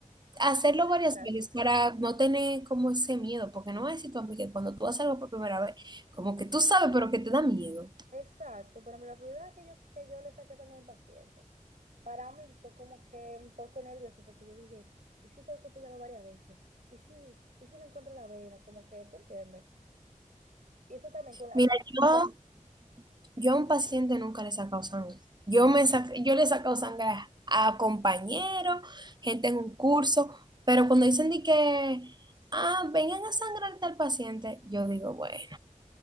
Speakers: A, on the right; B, on the right.
A: hacerlo
B: Pero
A: varias
B: es práctica.
A: veces para no tener como ese miedo, porque no voy a decir tú a mí que cuando tú haces algo por primera vez, como que tú sabes, pero que te da miedo.
B: Exacto, por ejemplo, la primera vez que yo, que yo le saqué sangre a un paciente, para mí fue como que un poco nervioso porque yo dije, ¿y si tengo que apoyarlo varias veces? ¿Y si, y si no encuentro la vena? Como que, ¿tú entiendes? Y eso también con la,
A: Mira,
B: o sea,
A: yo... Yo a un paciente nunca le he sacado sangre. Yo, me sac- yo le he sacado sangre a, a compañeros, gente en un curso, pero cuando dicen de que, ah, vengan a sangrar al paciente, yo digo, bueno,